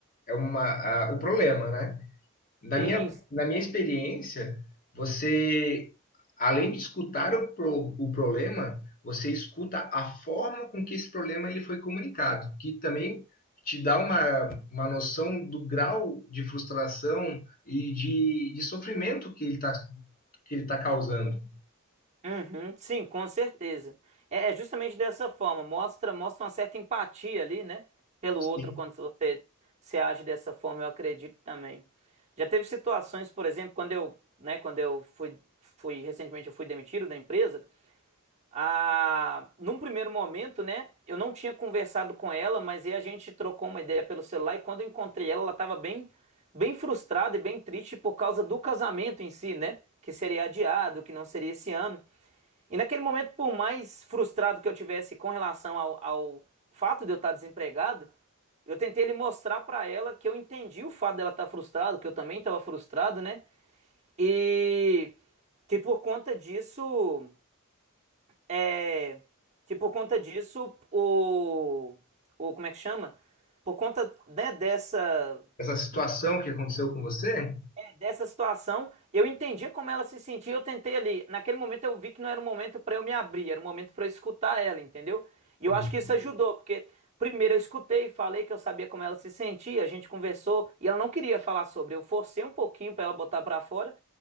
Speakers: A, on the left (about 40°); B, on the right (about 35°).
A: é uma, a- o problema, né? Na
B: Sim,
A: minha, na minha experiência, você, além de escutar o, pro- o problema, você escuta a forma com que esse problema ele foi comunicado, que também te dá uma, uma noção do grau de frustração e de, de sofrimento que ele está que ele tá causando.
B: uhum, sim, com certeza. É, é justamente dessa forma, mostra, mostra uma certa empatia ali, né? Pelo
A: Sim.
B: outro, quando você se age dessa forma, eu acredito também. Já teve situações, por exemplo, quando eu, né, quando eu fui, fui recentemente eu fui demitido da empresa, a... Num primeiro momento, né? Eu não tinha conversado com ela, mas aí a gente trocou uma ideia pelo celular e quando eu encontrei ela, ela estava bem, bem frustrada e bem triste por causa do casamento em si, né? Que seria adiado, que não seria esse ano. E naquele momento, por mais frustrado que eu tivesse com relação ao, ao fato de eu estar desempregado, eu tentei lhe mostrar para ela que eu entendi o fato dela estar frustrada, que eu também estava frustrado, né? E que por conta disso é, que por conta disso, o, o. Como é que chama? Por conta, né, dessa
A: Essa situação que aconteceu com você?
B: dessa situação, eu entendi como ela se sentia, eu tentei ali. Naquele momento eu vi que não era o momento para eu me abrir, era o momento para eu escutar ela, entendeu? E eu
A: Hum.
B: acho que isso ajudou, porque primeiro eu escutei, falei que eu sabia como ela se sentia, a gente conversou e ela não queria falar sobre. Eu forcei um pouquinho para ela botar para fora,